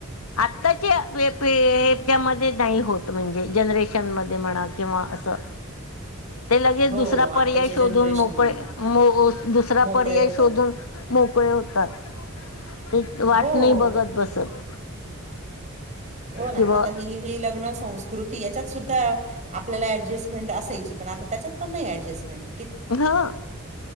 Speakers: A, on the left; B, on the right.
A: आत्ताच्या हेच्यामध्ये नाही होत म्हणजे, जनरेशन मध्ये म्हणा किंवा असं.
B: <inaudible>
A: ते लगेच दुसरा
B: आत्ताची
A: पर्याय
B: जनरेशन
A: शोधून मोकळे,
B: नाही.
A: दुसरा
B: मोकळे
A: पर्याय
B: होतात.
A: शोधून. मोकळे होतात ते, वाट
B: हो.
A: नाही बघत बसत.
B: हो ना
A: किंवा
B: आता ही, लग्न संस्कृती यांच्यात सुद्धा. आपल्याला ऍडजस्टमेंट असायची, पण आता त्यांच्यात पण नाही ऍडजस्टमेंट.
A: हं..